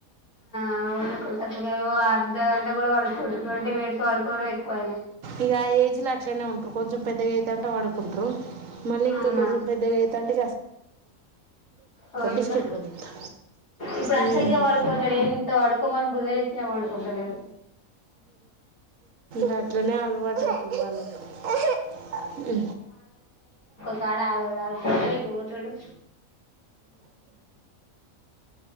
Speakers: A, on the left; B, on the right.
A: అవును ఇక్కడసలు అర్ధ గంట కూడా పడుకోడు ట్వంటీ మినిట్స్ పడుకోవడం ఎక్కువ ఆయినా
B: ఇక ఆ ఏజ్ లో అట్లనే ఉంట్రు కొంచెం పెద్దగయితంటే పడుకుంటారు మళ్ళీ
A: అవునా
B: ఇంకా కొంచెం పెద్దయేతండి
A: ఓ ఇట్రా
B: బిస్కెట్ కొని ఇస్తా.
A: ఇప్పుడు అస్సలకే
B: ఉమ్.
A: పడుకుంటాలేడు ఎంత పడుకోమని బుజగిచ్చినా పడుకుంటలేడు
B: గట్లనే అలవాటు అయితది వాళ్ళ కి
A: క్కాడ ఆగడు అటుపోతడు ఇటుపోతడు